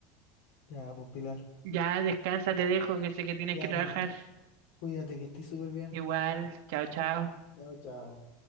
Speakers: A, on the left; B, on the right.
A: Ya, pues, Pilar.
B: Ya, descansa, te dejo, que sé que tienes
A: Ya,
B: que trabajar.
A: pues, cuídate que estés súper bien.
B: Igual, chao, chao.
A: Chao, chao.